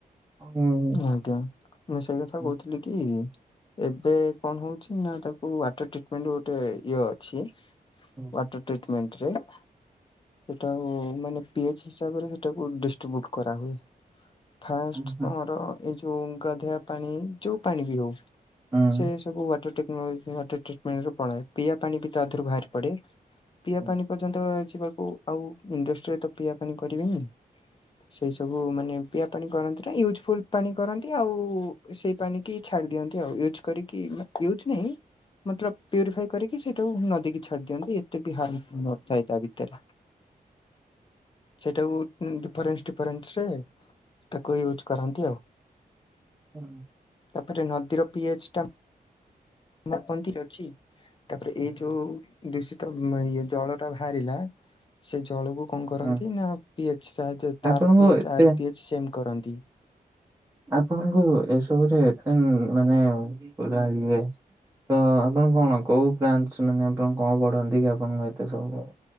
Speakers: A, on the right; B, on the left.
A: ହୁଁ
B: ଆଜ୍ଞା ମୁଁ ସେଇ କଥା
A: ହୁଁ
B: କହୁଥିଲି କି ଏବେ କଣ ହଉଛି ନା ତାକୁ ୱାଟର ଟିଟମେଣ୍ଟ ଗୋଟେ ଇଏ ଅଛି
A: ହୁଁ
B: ୱାଟର ଟିଟମେଣ୍ଟ ରେ ସେଇଟା ମାନେ ପି ଏଚ୍ ହିସାବରେ ହେଇ ଟାକୁ ଡିଷ୍ଟ୍ରିବୁଟ୍ କରା ହୁଏ ଫାଷ୍ଟ
A: ହୁଁ
B: ର ଏଇ ଯୋଉ ଗାଧୁଆ ପାଣି ଯୋଉ ପାଣି ବି ହଉ
A: ହୁଁ
B: ସେ ସବୁ ୱାଟର ଟେକ୍ ର ୱାଟର ଟ୍ରିଟମେଣ୍ଟ ର ପାଣି ପିଆବା ପାଣି ବି ତାଧିରୁ ବାହାରି ପଡେ ପିଇବା
A: ହୁଁ
B: ପାଣି ପର୍ଯ୍ୟନ୍ତ ଦେଖିବାକୁ ଆଉ ଇଣ୍ଡଷ୍ଟିରେ ତ ପିଇବା ପାଣି କରିବେନି। ସେଇ ସବୁ ମାନେ ପିଆ ପାଣି କରନ୍ତି। ୟୁଜ ଫୁଲ ପାଣି କରନ୍ତି ଆଉ ସେଇ ପାଣି କିି ଛାଡି ଦିଅନ୍ତି ଆଉ ୟୁଜ୍ କରିକି ୟୁଜ ନାହିଁ। ମତଲବ ପ୍ୟୁରିଫାଇ କରିକି ସେଇଟାକୁ ନଦୀ କୁ ଛାଡି ଦିଅନ୍ତି ଏତେ ବି ହାର୍ମଫୁଲ ନଥାଏ ତା ଭିତରେ। ସେଇଟାକୁ ଡିଫରେନ୍ସ କରନ୍ତି ସେ। ତାକୁ ୟୁଜ୍ କରାନ୍ତି ଆଉ।
A: ହୁଁ।
B: ତାପରେ ନଦୀର ପିଏଚ୍ ଟା। ମାପନ୍ତିରେ ଅଛି ତାପରେ ଏଇ ଯୋଉ ଦୂଷିତ ଉମ୍ ଇଏ ଜଳ ଟା ବାହାରିଲା ସେ ଜଳକୁ କଣ କରନ୍ତି
A: ହୁଁ।
B: ନା ପି ଏ ସାହାର୍ଯ୍ୟ
A: ଆପଣଙ୍କୁ
B: ତାର ପି ଏଚ୍
A: ଏତେ
B: ୟାର ପି ଏଚ୍ ସେମ୍ କରନ୍ତି।
A: ଆପଣଙ୍କୁ ଏସବୁରେ ଏଫ୍ ଏମ୍ ମାନେ ପୁରା ଇଏ ତ ଆପଣ କଣ କୋଉ ବାଞ୍ଚ ମାନେ ଆପଣ କଣ ପଢନ୍ତି କି ଆପଣଙ୍କୁ ଏତେ ସବୁ